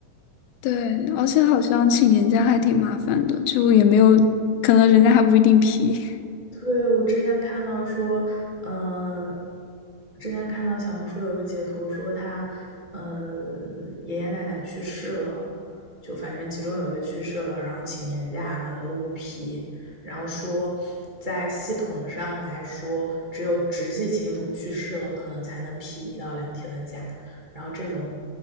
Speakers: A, on the left; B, on the right.
A: 对，而且好像请年假还挺麻烦的，就也没有，可能人家还不一定批
B: 对，我之前看到说，呃，之前看到小红书有个截图说他，呃，爷爷奶奶去世了，就反正其中有一个去世了，然后请年假，然后他都不批，然后说在系统上来说，只有直系亲属去世了，可能才能批一到两天的假，然后这种